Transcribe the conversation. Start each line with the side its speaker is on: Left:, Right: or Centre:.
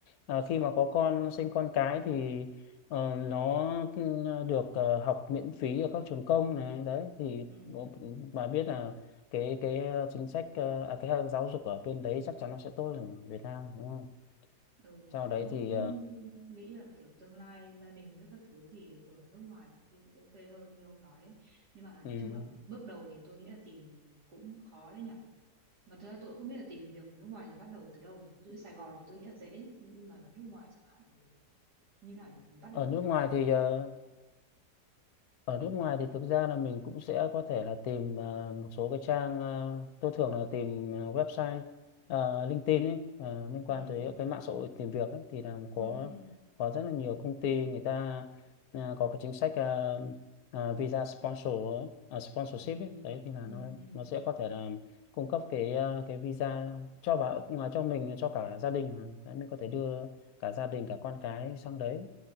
Left: à, khi mà có con sinh con cái thì ờ, nó ừ, được ờ, học miễn phí ở các trường công này đấy thì
Right: Ừ.
Left: ờ, bà biết là cái cái ờ, chính sách ờ, à, cái giáo dục ở bên đấy chắc chắn nó sẽ tốt hơn ở Việt Nam đúng không
Right: Ừ,
Left: sau
Right: đấy
Left: đấy
Right: tôi
Left: thì
Right: cũng
Left: ờ,
Right: nghĩ là kiểu tương lai gia đình với các thứ thì ở nước ngoài có khi cũng ok hơn như ông nói ấy. Nhưng mà nói
Left: ừ,
Right: chung là bước đầu thì tôi nghĩ là tìm cũng khó đấy nhở. Mà thực ra tôi cũng không biết là tìm việc ở nước ngoài thì bắt đầu từ đâu nhỉ? Ví dụ như Sài Gòn thì tôi nghĩ là dễ, nhưng mà ở nước ngoài chẳng hạn thì như nào nhỉ? Mình bắt đầu
Left: ở nước
Right: từ đâu
Left: ngoài
Right: thì được
Left: thì
Right: nhỉ?
Left: ờ, ở nước ngoài thì thực ra là mình cũng sẽ có thể là tìm ờ, một số cái trang ờ, tôi thường là tìm ờ, website ờ, LinkedIn ấy ờ, liên quan
Right: ừ
Left: tới cái mạng xã hội tìm việc ấy, thì là có
Right: ừ ừ
Left: có rất là nhiều công ty người ta ờ, có cái chính sách ờ, ờ, visa sponsor ấy, ờ, sponsorship
Right: ừ
Left: ấy. Đấy thì là
Right: ừ
Left: nó
Right: ừ
Left: nó sẽ có thể là cung cấp cái ờ, cái visa cho vào ngoài cho mình cho cả gia đình mà. Đấy, mình có thể đưa cả gia đình cả con cái sang đấy